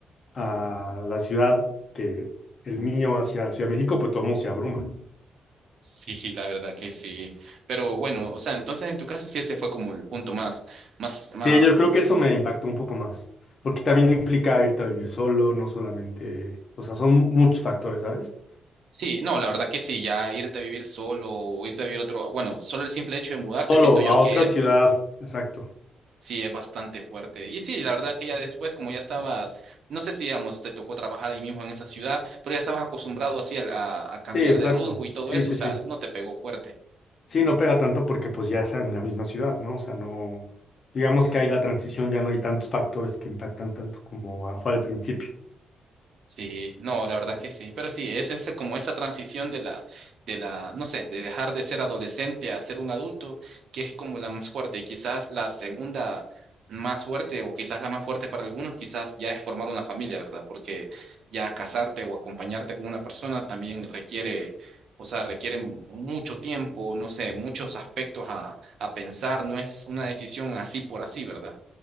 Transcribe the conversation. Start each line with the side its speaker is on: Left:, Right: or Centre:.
Left: a la ciudad que el mío hacia la Ciudad de México, pues todo el mundo se abruma.
Right: sí, sí, la verdad que sí, pero bueno, o sea, entonces en tu caso sí ese fue como el punto más, más, más.
Left: Sí, yo creo que eso me impactó un poco más, porque también implica irte a vivir solo, no solamente, o sea, son muchos factores, ¿sabes?
Right: Sí, no, la verdad que sí, ya irte a vivir solo o irte a vivir otro, bueno, solo el simple hecho de mudarte
Left: Solo
Right: siento yo
Left: a otra
Right: que es
Left: ciudad, exacto.
Right: Sí, es bastante fuerte. Y sí, la verdad que ya después, como ya estabas, no sé si, digamos, te tocó trabajar ahí mismo en esa ciudad, pero ya estabas acostumbrado así al- a, a cambiar
Left: Sí, exacto.
Right: de rumbo y todo
Left: Sí,
Right: eso,
Left: sí,
Right: o sea,
Left: sí.
Right: no te pegó fuerte.
Left: Sí, no pega tanto porque pues ya es en la misma ciudad, ¿no? O sea, no, digamos que hay la transición, ya no hay tantos factores que impactan tanto como a- fue al principio.
Right: Sí, no, la verdad que sí, pero sí, es ese, como esa transición de la, de la, no sé, de dejar de ser adolescente a ser un adulto, que es como la más fuerte, y quizás la segunda más fuerte, o quizás la más fuerte para algunos, quizás ya es formar una familia, ¿verdad? Porque ya casarte o acompañarte con una persona también requiere, o sea, requiere mu- mucho tiempo, no sé, muchos aspectos a, a pensar, no es una decisión así por así, ¿verdad?